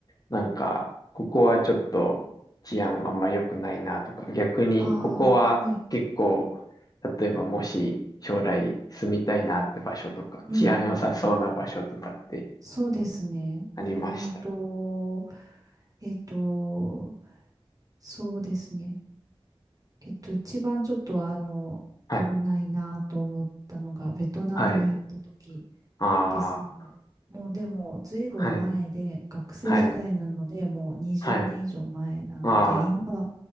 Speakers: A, on the left; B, on the right.
A: なんか、ここはちょっと治安あんま良くないなとか、逆にここは結構、
B: ああ、はい。
A: 例えばもし将来住みたいなって場所とか、
B: うんうん。
A: 治安良さそうな場所とかって
B: そうですね。
A: ありました。
B: うーんと、えっと、そうですね。えっと、一番ちょっとあの、
A: はい、
B: 危ないなと思ったのが、ベトナムに行った時
A: はい、ああ、
B: ですね。もうでも、ずいぶん前で、
A: はい、
B: 学生時代なので、
A: はい、
B: もう20年以上前なんで、
A: はい、ああ、
B: 今は、